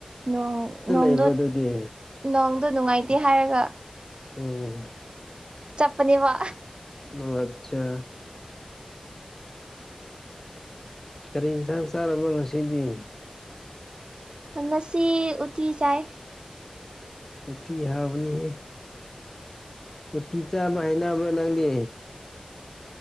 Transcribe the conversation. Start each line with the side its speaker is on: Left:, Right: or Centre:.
Right: ꯅꯣꯡ ꯅꯣꯡ
Left: <unintelligible> ꯗꯨꯗꯤ
Right: ꯅꯣꯡꯗꯣ ꯅꯨꯡꯉꯥꯏꯇꯦ ꯍꯥꯏꯔꯒ
Left: ꯎꯝ
Right: ꯆꯄꯅꯦꯕ
Left: ꯑꯣ ꯑꯆꯥ ꯀꯔꯤ ꯌꯦꯟꯁꯥꯡ ꯆꯥꯔꯕ ꯉꯁꯤꯗꯤ
Right: ꯉꯁꯤ ꯎꯇꯤ ꯆꯥꯏ
Left: ꯎꯇꯤ ꯍꯥꯏꯕꯅꯤꯍꯦ ꯎꯇꯤ ꯆꯥꯕ ꯍꯥꯏꯅꯕ꯭ꯔꯥ ꯅꯪꯗꯤ